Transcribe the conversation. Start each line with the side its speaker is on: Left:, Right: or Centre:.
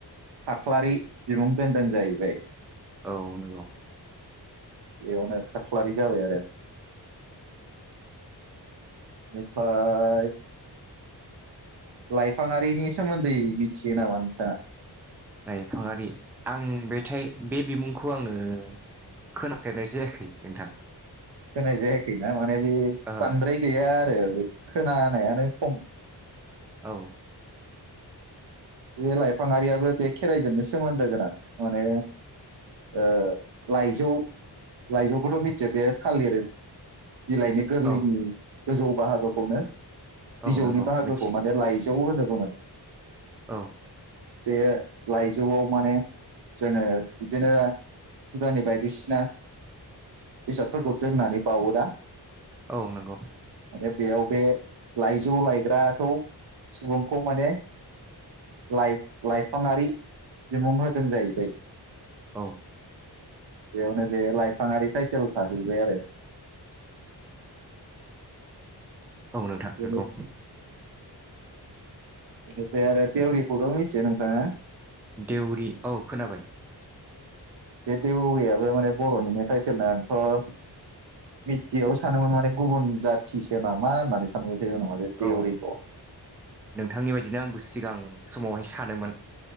Right: खाख्लारि बिमुं दोनदों जाहैबाय।
Centre: औ नंगौ
Right: बेयावनो खाख्लारि जाबाय आरो बेनिफ्राय लाइफाङारिनि सोमोन्दै मिथियो नामा नोंथाङा?
Centre: लाइफाङारि आं बेथाय बे बिमुंखौ आङो खोनाफेरनाय जायाखै नोंथां।
Right: होनाय जायाखै ना माने बे
Centre: ओ
Right: बांद्राय गैया। आरो खोनानायानो खम।
Centre: औ
Right: बे लाइफाङारियाबो बे खेराइजोंनो सोमोन्दो गोनां माने ओ लाइजौ-लाइजौखौथ' मिथियो बे थालिर बिलाइनि गोरलैनि
Centre: औ
Right: गोजौ बाहागोखौनो
Centre: औ
Right: बिजौनि
Centre: नंगौ
Right: बाहागोखौ
Centre: मिथियो
Right: माने लाइजौ होनो बुङो
Centre: औ
Right: बे लाइजौआव माने जोङो बिदिनो फुजानि बायदिसिना बेसादफोरखौ दोननानै बावो ना।
Centre: औ नंगौ।
Right: आरो बेयाव बे लाइजौ लायग्राखौ सुबुंखौ माने लाइ-लाइफाङारि बिमुं होदों जाहैबाय।
Centre: औ
Right: बेयावनो बे लाइफाङारि ताइतेल थाहैबाय आरो
Centre: औ नोंथां
Right: बेनि
Centre: नोंगौ।
Right: बिनिफ्राय आरो देवरिखौथ' मिथियो नोंथाङा?
Centre: देउरि औ खोनाबाय
Right: बे देउरियाबो माने बर'निनो टाइटेलनो आंथ' मिथियैयाव सानोमोन माने गुबुन जाथिसो नामा होननानै सानबाय थायोमोन नंङालै देउरिखौ।
Centre: औ नोंथांनि बायदिनो आंबो सिगां समावहाय सानोमोन।